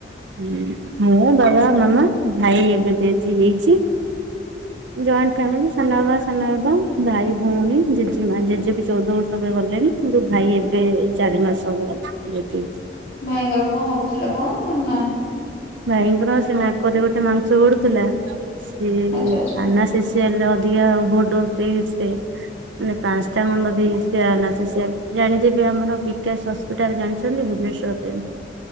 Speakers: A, on the right (about 80°); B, on the left (about 45°).
A: ହୁଁ ମୋ ଡବା ମାମା ଭାଇ ଏବେ ତ ଏଠି ହେଇଚି। ଜଏଣ୍ଟ ଫ୍ୟାମିଲି ସାନବାବା, ସାନ ବାବା, ଭାଇ, ଭଉଣୀ, ଜେଜେମା ଜେଜେ ବି ଚଉଦ ବର୍ଷ ହେବେ ଗଲେଣି କିନ୍ତୁ ଭାଇ ଏବେ ଏଇ ଚାରି ମାସ ହବ ରହିଚି <unintelligible>
B: ଭାଇଙ୍କର କଣ ହଉଥିଲା କଣ ଟା ନା?
A: ଭାଇଙ୍କର ସେ ନାକରେ ଗୋଟେ ମାଂସ ବଢ଼ୁଥିଲା ସେ
B: ଆଚ୍ଛା ଆଚ୍ଛା
A: ନା ସି ସି ଏଲରେ ଅଧିକା ଓଭର ଡୋଜ୍ ଦେଇକି ସେ ମାନେ ପାଞ୍ଚଟା ଖଣ୍ଡ ଦେଇ ସେ ଅନେସଥେସିଆ ଜାଣିଥିବେ ଆମର ବିକାଶ ହସ୍ ପିଟାଲ ଜାଣିଛନ୍ତି ଭୁବନେଶ୍ଵରରେ?